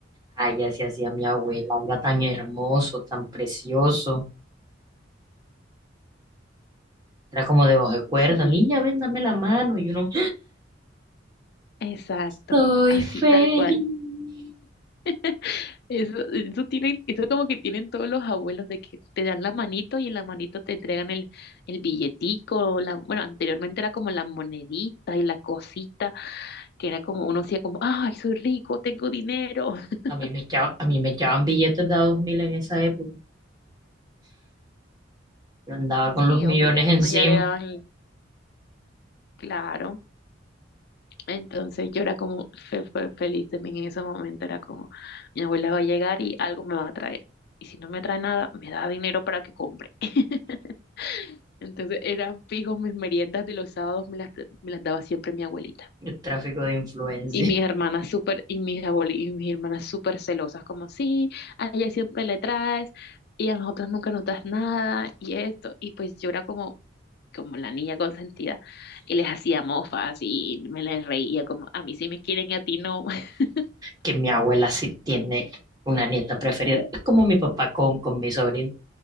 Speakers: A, on the right (about 20°); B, on the left (about 55°).
A: Ay, así hacía mi abuela, era tan hermoso, tan precioso. Era como de bajo de cuerda,
B: Sí,
A: niña, ven, dame la mano. Y uno,
B: exacto,
A: Soy
B: así
A: feliz.
B: tal cual. <laughs> Eso, eso tienen, eso como que tienen todos los abuelos de que te dan la manito y en la manito te entregan el, el billetico, la, bueno, anteriormente era como la monedita y la cosita, que era como uno hacía como, ay, soy rico, tengo dinero. <laughs>
A: A mí me echaban, a mí me echaban billetes de a 2000 en esa época. Yo andaba con
B: Sí,
A: los millones
B: obvio, ya
A: encima.
B: uno ya le daban, el- claro. Entonces yo era como fe- fe- feliz también en ese momento, era como, mi abuela va a llegar y algo me va a traer. Y si no me trae nada, me da dinero para que compre. <laughs> Entonces eran fijos mis meriendas de los sábados, me las, pla- me las daba siempre mi abuelita.
A: El tráfico de influencia.
B: Y mis hermanas súper, y mis abueli- y mis hermanas súper celosas, como, sí, a ella siempre le traes, y a nosotras nunca nos das nada, y esto. Y pues yo era como, como la niña consentida, y les hacía mofas, y me les reía, como, a mí sí me quieren y a ti no. <laughs>
A: Que mi abuela sí tiene una nieta preferida. Es como mi papá con, con mi sobrino.